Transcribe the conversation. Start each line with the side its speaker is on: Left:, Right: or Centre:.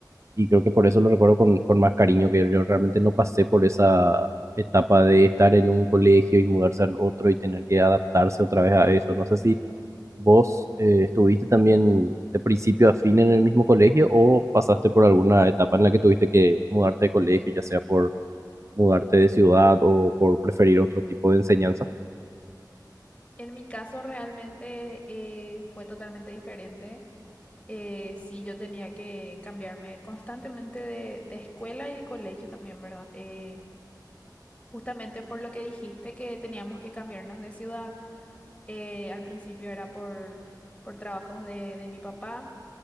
Right: y creo que por eso lo recuerdo con, con más cariño, que yo realmente no pasé por esa etapa de estar en un colegio y mudarse al otro y tener que adaptarse otra vez a eso. No sé si vos eh, estuviste también de principio a fin en el mismo colegio o pasaste por alguna etapa en la que tuviste que mudarte de colegio, ya sea por mudarte de ciudad o por preferir otro tipo de enseñanza.
Left: En mi caso realmente eh, fue totalmente diferente. Eh, sí, yo tenía que cambiarme constantemente de, de escuela y de colegio también, ¿verdad? Eh, Justamente por lo que dijiste que teníamos que cambiarnos de ciudad, eh, al principio era por, por trabajos de, de mi papá,